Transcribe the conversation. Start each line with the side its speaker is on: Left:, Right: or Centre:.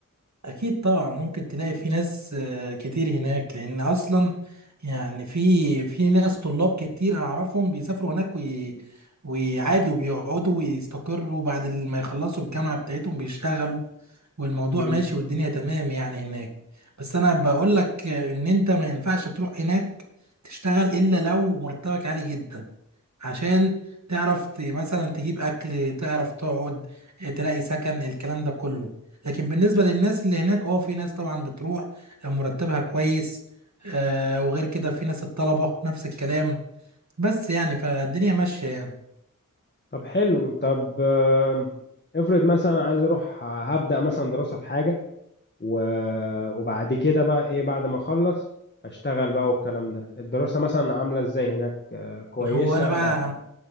Right: اكيد طبعا ممكن تلاقي في ناس آه، كتير هناك لان اصلا يعني في في ناس طلاب كتير اعرفهم بيسافروا هناك وي... ويعادوا وبيقعدوا ويستقروا بعد ما يخلصوا الجامعة بتاعتهم بيشتغلوا والموضوع
Left: امم
Right: ماشي والدنيا تمام يعني هناك بس انا بقول لك آه، ان انت ما ينفعش تروح هناك تشتغل الا لو مرتبك عالي جدا عشان تعرف ت- مثلا تجيب اكل تعرف تقعد آه، تلاقي سكن الكلام ده كله لكن بالنسبه للناس اللي هناك اه في ناس طبعا بتروح لو مرتبها كويس آه وغير كده في ناس الطلبه نفس الكلام بس يعني فالدنيا ماشيه يعني
Left: طب حلو طب آه، افرض مثلا أنا عايز اروح آه، هبدأ مثلا دراسة في حاجة و- وبعد كده بقى ايه بعد ما اخلص اشتغل بقى والكلام ده الدراسة مثلا عاملة ازاي هناك آه، كويسة
Right: هو انا بقى
Left: ولا